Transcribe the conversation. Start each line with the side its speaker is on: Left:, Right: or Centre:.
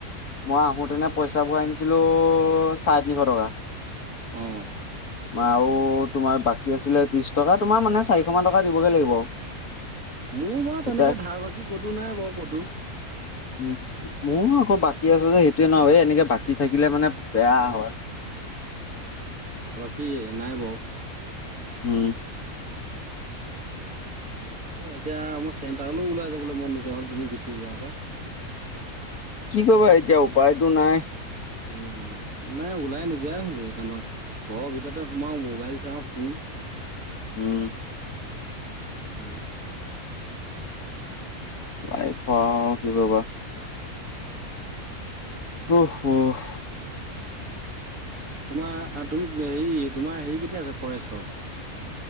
Left: মই আহোঁতেনে পইচা ভৰাই আনিছিলোঁ চাৰে তিনিশ টকা।
Right: অহ।
Left: আৰু তোমাৰ বাকী আছিলে ত্ৰিশ টকা তোমাৰ মানে চাৰিশ মান টকা দিবগে লাগিব।
Right: মোৰ বাৰু
Left: এতিয়া
Right: তেনেকে ধাৰ বাকী কতো নাই বাৰু কতো।
Left: উম, মোৰ আকৌ বাকী আছে যে সেইটোৱে ন' এই এনেকে বাকী থাকিলে মানে বেয়া হয়।
Right: কি নাই বাৰু।
Left: উম।
Right: তাকে এতিয়া মোৰ চেণ্টাৰলৈ ওলাই যাবলৈ মন নোযোৱা হ'ল তুমি গুচি যোৱাৰ পৰা।
Left: কি কৰিবা এতিয়া উপায়তো নাই।
Right: উম। নাই ওলাই নোযোৱাই হ'লো এইকাৰণৰপা ঘৰৰ ভিতৰতে সোমাও মোবাইল চাওঁ শুওঁ।
Left: উম।
Right: কি কৰিবা আৰু।
Left: লাই পাওঁ কি কৰিবা। উফ, উফ।
Right: তোমাৰ তুমি হেৰি, তোমাৰ হেৰি কেতিয়া আছে ফৰেষ্টৰ।